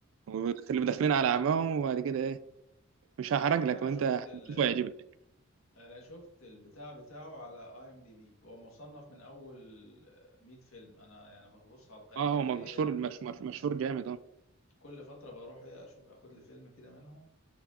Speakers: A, on the right; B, on the left.
A: واللي داخلين على عماهم وبعد كده ايه مش
B: انت
A: هحرج
B: عارف ان
A: لك
B: انا
A: وانت
B: شفت ال
A: هتشوفه يعجبك
B: انا شفت البتاع بتاعه على اي ام دي بي هو مصنف من اول 100 فيلم انا يعني ببص على القائمه
A: اه هو
B: اللي
A: مشهور
B: هي
A: مش مش- مشهور جامد اه
B: كل فتره بروح إيه اشوف اخد لي فيلم كده منهم